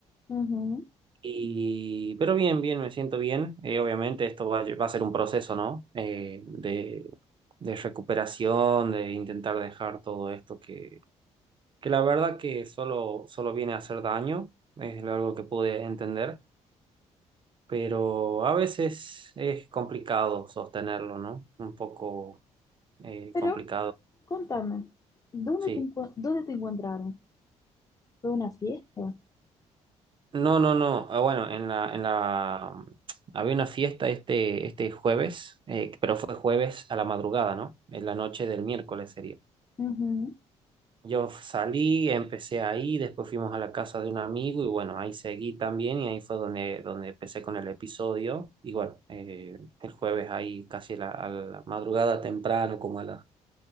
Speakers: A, on the left; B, on the right.
A: ujú.
B: y, pero bien, bien, me siento bien. Eh, obviamente esto va, a lle- va a ser un proceso, ¿no? Eh, de, de recuperación, de intentar dejar todo esto que, que la verdad que solo, solo viene a hacer daño, es algo que pude entender, pero a veces es complicado sostenerlo, ¿no? Un poco eh,
A: Pero
B: complicado,
A: Contame, ¿dónde
B: sí.
A: te, encu- dónde te encontraron? ¿Fue una fiesta?
B: No, no, no. Ah, bueno, en la, en la había una fiesta este, este jueves, eh, pero fue jueves a la madrugada, ¿no? En la noche del miércoles sería.
A: Ujú.
B: Yo salí, empecé ahí, después fuimos a la casa de un amigo y bueno, ahí seguí también y ahí fue donde, donde empecé con el episodio. Y bueno, eh, el jueves ahí casi a la, a la madrugada temprano, como a las